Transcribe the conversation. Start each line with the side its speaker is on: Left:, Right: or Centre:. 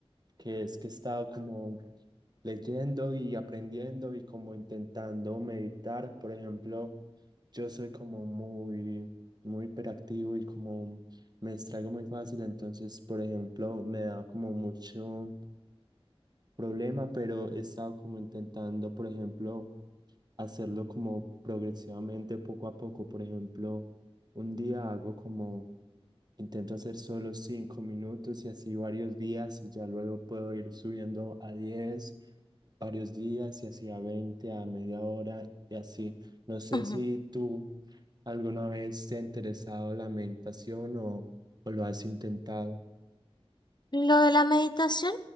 Right: que es que he estado como leyendo y aprendiendo y como intentando meditar. Por ejemplo, yo soy como muy, muy hiperactivo y como me distraigo muy fácil, entonces, por ejemplo, me da como mucho problema, pero he estado como intentando, por ejemplo, hacerlo como progresivamente, poco a poco. Por ejemplo, un día hago como, intento hacer solo cinco minutos y así varios días y ya luego puedo ir subiendo a 10 varios días y así a veinte a media hora y así. No sé
Left: Ujú.
Right: si tú alguna vez te ha interesado la meditación o, o lo has intentado.
Left: Lo de la meditación,